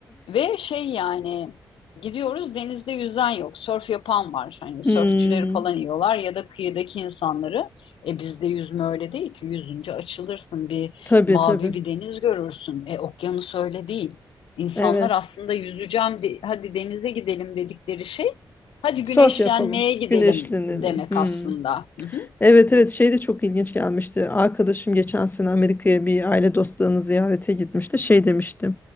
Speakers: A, on the left; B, on the left.
A: Ve şey yani gidiyoruz denizde yüzen yok. Sörf yapan var. Hani sörfçüleri
B: Hmm.
A: falan yiyorlar ya da kıyıdaki insanları. E bizde yüzme öyle değil ki. Yüzünce açılırsın bir
B: Tabii
A: mavi
B: tabii.
A: bir deniz görürsün. E okyanus öyle değil. İnsanlar
B: Evet.
A: aslında yüzeceğim de- hadi denize gidelim dedikleri şey hadi
B: Surf
A: güneşlenmeye
B: yapalım.
A: gidelim
B: Güneşlenelim.
A: demek
B: Hmm.
A: aslında. Hı hı.
B: Evet evet şey de çok ilginç gelmişti. Arkadaşım geçen sene Amerika'ya bir aile dostlarını ziyarete gitmişti. Şey demişti.